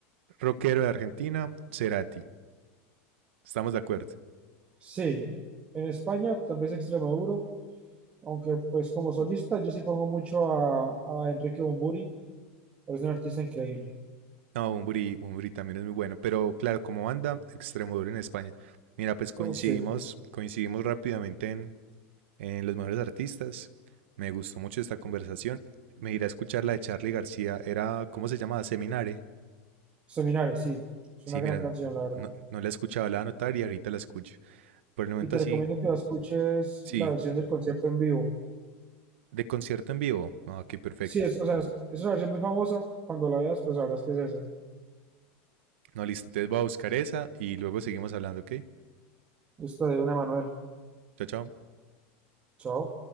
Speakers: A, on the right; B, on the right.
A: rockero de Argentina, Cerati. Estamos de acuerdo.
B: Sí, en España tal vez Extremoduro, aunque pues como solista yo sí pongo mucho a, a Enrique Bumburi, es un artista increíble.
A: No, Bunbury, Bunbury también es muy bueno, pero claro, como banda, Extremoduro en España. Mira, pues coincidimos,
B: Uf, sí,
A: coincidimos rápidamente en, en los mejores artistas. Me gustó mucho esta conversación. Me iré a escuchar la de Charlie García. Era, ¿cómo se llamaba? Seminare.
B: Seminares, sí, es
A: Sí,
B: una gran
A: miran,
B: canción, la verdad.
A: no, no la escuchaba, la voy a anotar y ahorita la escucho. Por el momento
B: Y te
A: así,
B: recomiendo que la escuches
A: sí.
B: la versión del concierto en vivo.
A: De concierto en vivo. Ah, qué perfecto.
B: Sí, es, o sea, es, es una versión muy famosa, cuando la veas pues sabrás que es esa.
A: No, listo. Entonces voy a buscar esa y luego seguimos hablando, ¿ok?
B: Esta de Don Emanuel,
A: Chao, chao.
B: chao.